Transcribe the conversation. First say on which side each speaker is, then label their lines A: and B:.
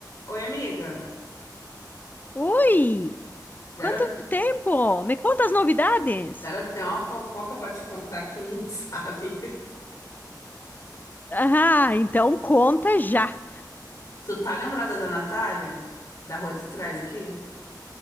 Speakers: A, on the left; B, on the left.
A: Oi, amiga.
B: Oi!
A: Garota,
B: Quanto tempo? Me conta as novidades?
A: garota, tem uma fofoca pra te contar que tu não <laughs> sabe.
B: Ah, então conta já.
A: Tu tá lembrada da Natália? Da rua de trás aqui?